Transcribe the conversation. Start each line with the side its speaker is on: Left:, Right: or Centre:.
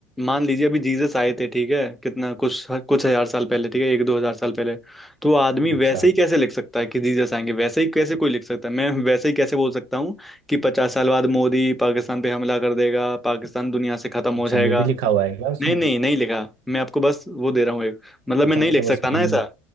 Centre: मान लीजिए अभी जीसस आए थे ठीक है कितना कुछ कुछ हजार साल पहले ठीक है एक दो हजार साल पहले तो वो आदमी
Right: अच्छा
Centre: वैसे ही कैसे लिख सकता है कि जीसस आएंगे वैसे ही कैसे कोई लिख सकता है मैं वैसे ही कैसे बोल सकता हूँ कि पचास साल बाद मोदी पाकिस्तान पे हमला कर देगा पाकिस्तान दुनिया से खत्म हो
Right: अच्छा
Centre: जाएगा
Right: ये भी लिखा हुआ है क्या उसमें
Centre: नहीं नहीं नहीं लिखा मैं आपको बस वो दे रहा हूँ एक मतलब
Right: अच्छा
Centre: मैं नहीं
Right: मतलब
Centre: लिख सकता
Right: उसमें
Centre: ना
Right: हिंट-
Centre: ऐसा